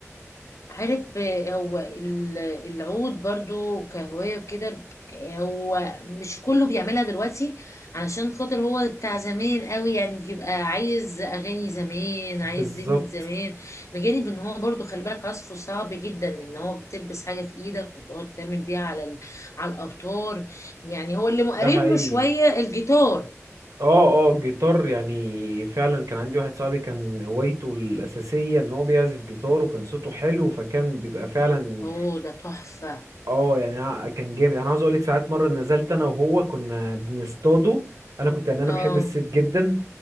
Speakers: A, on the left; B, on the right.
A: عارف آه، هو ال- العود برضو كهواية وكده آه، هو مش كله بيعملها دلوقتي علشان خاطر هو بتاع زمان قوي يعني بيبقى عايز أغاني زمان عايز
B: بالظبط
A: دنيا زمان بجانب ان هو برضو خلي بالك عزفه صعب جدا ان هو بتلبس حاجة في ايدك وتقعد تعمل بيها على ال... على الأوتار يعني هو اللي مقرب
B: ده حقيقي
A: له شوية الجيتار
B: اه اه جيتار يعني فعلا كان عندي واحد صاحبي كان هوايته الأساسية ان هو بيعزف جيتار وكان صوته حلو فكان بيبقى فعلا
A: اوه ده تحفة
B: اه يعني أنا كان جامد انا عاوز اقول لك ساعات مره نزلت انا وهو كنا بنصطاده انا كنت يعني انا
A: اه
B: بحب الصيد جدا